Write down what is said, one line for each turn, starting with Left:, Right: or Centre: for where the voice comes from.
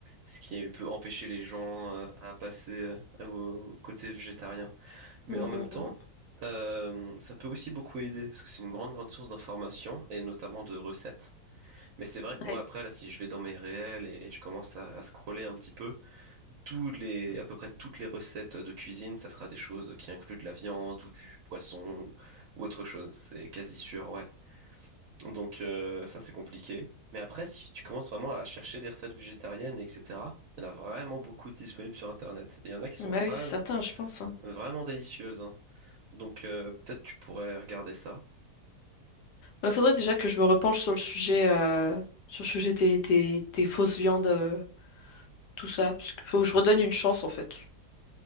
Right: ce qui peut empêcher les gens euh, à passer euh, au côté végétarien. Mais
Left: Mm,
Right: en même
Left: mm,
Right: temps,
Left: mm.
Right: euh, ça peut aussi beaucoup aider parce que c'est une grande grande source d'informations et notamment de recettes. Mais c'est vrai que moi,
Left: Ouais.
Right: après, là, si je vais dans mes réels et, et je commence à, à scroller un petit peu, toutes les, à peu près toutes les recettes de cuisine, ça sera des choses qui incluent de la viande ou du poisson ou autre chose. C'est quasi sûr, ouais. Donc, euh, ça, c'est compliqué. Mais après, si tu commences vraiment à chercher des recettes végétariennes, etc., il y en a vraiment beaucoup de disponibles sur Internet. Et il y en a qui sont
Left: Bah oui,
Right: vra-
Left: c'est certain, je pense. hein.
Right: vraiment délicieuses, hein. Donc, euh, peut-être tu pourrais regarder ça.
Left: Il faudrait déjà que je me repenche sur le sujet, euh, sur le sujet des, des, des fausses viandes, euh, tout ça, parce qu'il faut que je redonne une chance en fait.